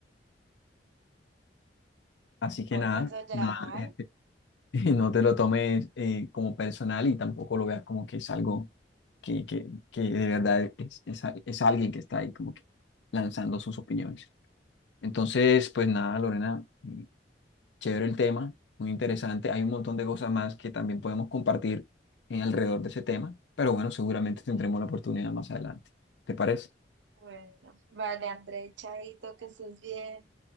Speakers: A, on the left; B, on the right.
A: Así que
B: Me
A: nada,
B: vuelvas a llamar.
A: nada, eh, <laughs> no te lo tomes eh, como personal y tampoco lo veas como que es algo que, que, que de verdad es, es, al- es alguien que está ahí como que lanzando sus opiniones. Entonces, pues nada, Lorena, mm, chévere el tema, muy interesante. Hay un montón de cosas más que también podemos compartir eh, alrededor de ese tema, pero bueno, seguramente tendremos la oportunidad más adelante. ¿Te parece?
B: Bueno, vale, André, chaito, que estés bien.